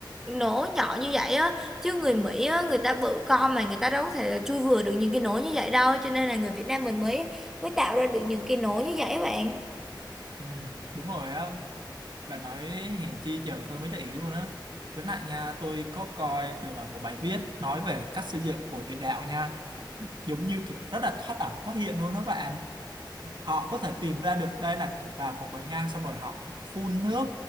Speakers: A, in the centre; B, on the right.
A: nổ nhỏ như vậy á chứ người Mỹ á người ta bự con mà người ta đâu có thể là chui vừa được những cái nổ như vậy đâu cho nên là người Việt Nam mình mới mới tạo ra được những cái nổ như vậy á bạn
B: Ừ. Đúng rồi á Bạn nói hèn chi giờ tôi mới để ý luôn á. Với lại nha, tôi có coi được ở một bài viết nói về cách xây dựng của địa đạo nha. Giống như kiểu rất là thoát ẩn thoát hiện luôn đó bạn họ có thể tìm ra được đây là cửa vào của mình nha xong rồi họ phun nước